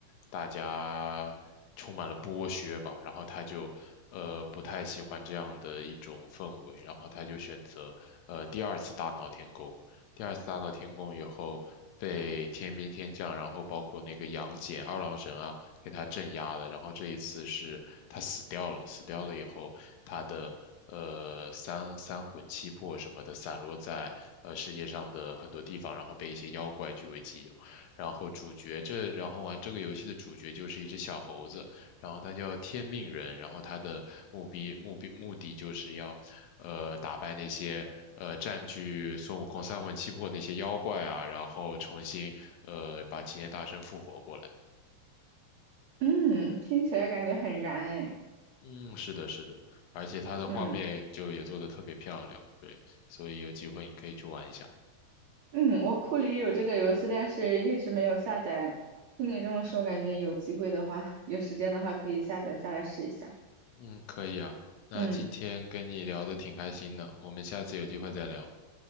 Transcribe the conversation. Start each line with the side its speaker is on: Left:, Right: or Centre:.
Left: 大家充满了剥削吧，然后他就呃不太喜欢这样的一种氛围，然后他就选择呃第二次大闹天宫。第二次大闹天宫以后，被天兵天将，然后包括那个杨戬、二郎神啊，给他镇压了。然后这一次是他死掉了，死掉了以后，他的呃三三魂七魄什么的散落在呃世界上的很多地方，然后被一些妖怪据为己有。然后主角这，然后玩这个游戏的主角就是一只小猴子，然后它叫天命人，然后它的目的目标目的就是要，呃，打败那些呃占据孙悟空三魂七魄那些妖怪啊，然后重新呃把齐天大圣复活过来。
Right: 嗯，听起来感觉很燃哎。
Left: 嗯，是的，是的，而且它的画面就也做的特别漂亮，
Right: 嗯
Left: 对，所以有机会你可以去玩一下。
Right: 嗯，我库里有这个游戏，但是一直没有下载。听你这么说，感觉有机会的话，有时间的话可以下载下来试一下。
Left: 嗯，可以啊，那今天跟你聊的挺开心的，
Right: 嗯
Left: 我们下次有机会再聊。